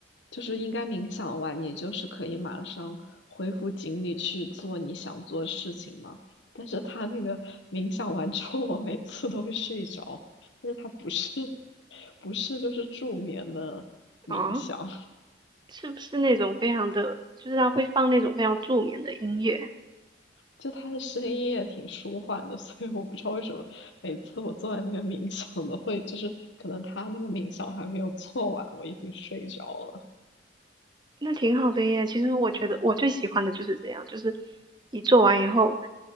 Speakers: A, on the left (about 75°); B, on the right (about 25°).
A: 就是应该冥想完，你就是可以马上恢复精力去做你想做的事情嘛。但是它那个冥想完之后，我每次都会睡着，但是它不是 <laughs> 不是就是助眠的冥想。
B: 啊，是不是那种非常的，就是他会放那种非常助眠的音乐？
A: 就他的声音也挺舒缓的，<laughs> 所以我不知道为什么每次我坐在那个冥想的会，就是可能他那个冥想还没有做完，我已经睡着了。
B: 那挺好的耶。其实我觉得我最喜欢的就是这样，就是你做完以后，